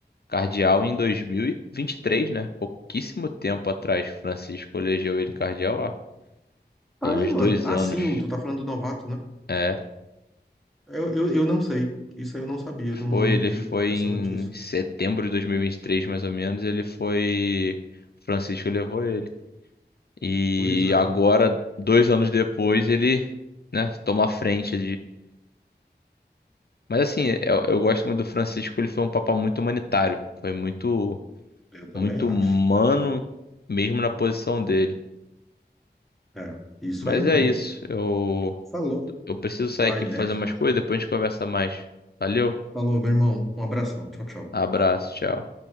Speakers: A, on the left; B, in the centre.
A: cardeal em dois mil e e vinte e três né? Pouquíssimo tempo atrás, Francisco elegeu ele cardeal há
B: Tá
A: pelo
B: aí,
A: menos
B: mano.
A: dois
B: Ah,
A: anos.
B: sim, o, tu tá falando do novato, né?
A: É,
B: Eu, eu, eu não sei. Isso aí eu não sabia, não,
A: foi,
B: não
A: ele
B: vi
A: foi
B: essa
A: em
B: notícia.
A: setembro de dois mil e e vinte e três mais ou menos, ele foi, Francisco levou ele. E
B: Pois é,
A: agora, dois anos depois, ele, né, toma a frente Mas assim, eu, eu gosto muito do Francisco, ele foi um papa muito humanitário. Foi muito,
B: eu também
A: muito
B: acho.
A: humano, mesmo na posição dele.
B: É, isso
A: Mas
B: aí mesmo.
A: é isso, eu,
B: Falou.
A: eu preciso sair
B: Vai
A: aqui pra
B: nessa.
A: fazer umas coisas, depois a gente conversa mais. Valeu,
B: Falou, meu irmão. Um abração. Tchau, tchau.
A: abraço, tchau.